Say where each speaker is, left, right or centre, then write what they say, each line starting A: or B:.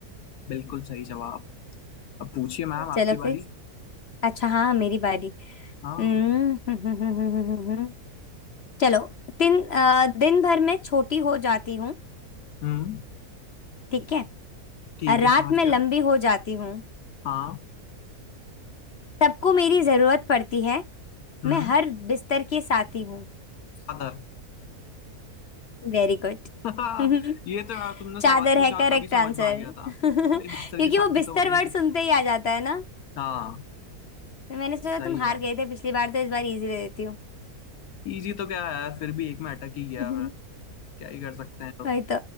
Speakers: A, on the left (about 70°); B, on the left (about 50°).
A: बिल्कुल सही जवाब अब पूछिए मैम
B: <laughs>
A: आपकी
B: चलो
A: बारी
B: फिर अच्छा हाँ मेरी बारी
A: हाँ
B: हम्म हम्म, हम्म, हम्म, हम्म, हम्म, हम्म। चलो दिन अ, दिन भर में छोटी हो जाती हूँ
A: हम्म
B: ठीक है
A: ठीक
B: रात
A: है समझ
B: में
A: गया
B: लंबी हो जाती हूँ
A: हाँ
B: सबको मेरी जरूरत पड़ती है
A: हम्म
B: मैं हर बिस्तर की साथी हूँ
A: चादर
B: Very good
A: <laughs>
B: <laughs>
A: ये तो यार तुमने सवाल
B: चादर
A: पूछा
B: है करेक्ट
A: तभी समझ
B: आंसर
A: में आ गया था
B: <laughs> क्योंकि
A: भाई बिस्तर की
B: वो
A: साथी
B: बिस्तर
A: तो वही
B: वर्ड
A: है
B: सुनते ही आ जाता है ना
A: हाँ
B: मैंने सोचा
A: सही
B: तुम हार
A: है
B: गए थे पिछली बार तो इस बार इजी दे देती हूँ
A: इजी तो क्या है यार फिर भी एक में अटक ही गया
B: <laughs>
A: मैं क्या ही कर सकते हैं अब
B: वही तो